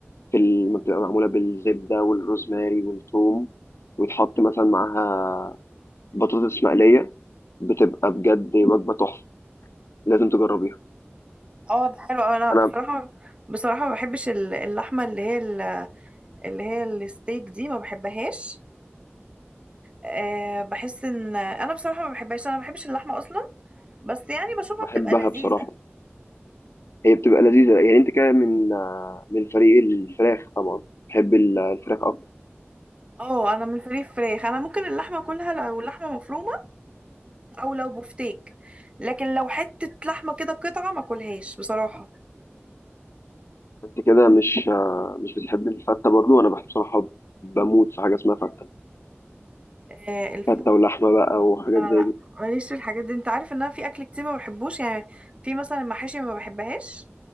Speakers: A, on the left; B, on the right.
A: في الم- بتبقى معموله بالزبده والروزماري والثوم ويتحط مثلا معاها بطاطس مقليه بتبقى بجد وجبه تحفه لازم تجربيها
B: اه ده حلو أوي. انا بصراحة
A: انا
B: بصراحة ما بحبش ال- اللحمة اللي هي ال- اللي هي الستيك دي ما بحبهاش أه بحس ان انا بصراحة ما بحبهاش انا ما بحبش اللحمة اصلا بس يعني بشوفها
A: بحبها
B: بتبقى لذيذة
A: بصراحه هي بتبقى لذيذه يعني انت كده من آه، من فريق الفراخ طبعا بحب ال- الفراخ اكتر
B: اه انا من فريق فراخ انا ممكن اللحمة كلها لو اللحمة مفرومة او لو بفتيك لكن لو حتة لحمة كده قطعة ما كلهاش بصراحة
A: انت كده مش آه، مش بتحب الفته برضو انا بحب بصراحه بموت في حاجه اسمها فته
B: آه، الف-
A: فته ولحمه بقى وحاجات
B: لا
A: زي
B: لا
A: دي
B: ماليش في الحاجات دي انت عارف ان انا في اكل كتير ما بحبوش يعني في مثلا المحاشي ما بحبهاش